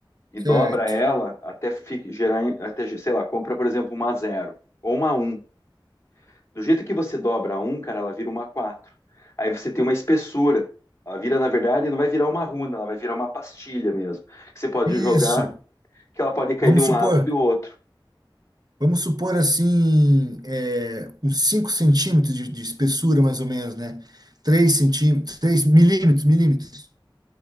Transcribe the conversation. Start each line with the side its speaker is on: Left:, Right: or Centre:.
Left: e
Right: certo.
Left: dobra ela até fi- gerar, em- até, sei lá, compra, por exemplo, uma zero ou uma um Do jeito que você dobra a 1, cara, ela vira uma quatro Aí você tem uma espessura. Ela vira, na verdade, não vai virar uma runa, ela vai virar uma pastilha mesmo. Que você pode
Right: Isso.
Left: jogar, que ela pode cair
Right: Vamos
Left: de um
Right: supor,
Left: lado ou do outro.
Right: vamos supor assim, é, uns 5 centímetros de, de espessura, mais ou menos, né? 3 centímetros, 3 milímetros, milímetros.